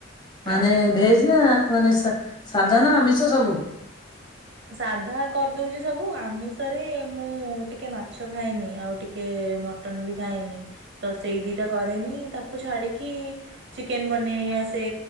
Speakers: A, on the left; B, on the right.
A: ମାନେ
B: ଆଜ୍ଞା।
A: ଭେଜ ନା ମାନେ ସା ସାଧା ନା ଆମିଷ ସବୁ।
B: ସାଧା କରିଦଉଛି ସବୁ ଆମିଷରେ ମୁଁ ଟିକେ ମାଛ ଖାଏନି ଆଉ ଟିକେ ମ ଟନ ବି ଖାଏନି ତ ସେଇ ଦିଟା କରେନି ତାକୁ ଛାଡିକି। ଚିକେନ ବନେଇ ଆସେ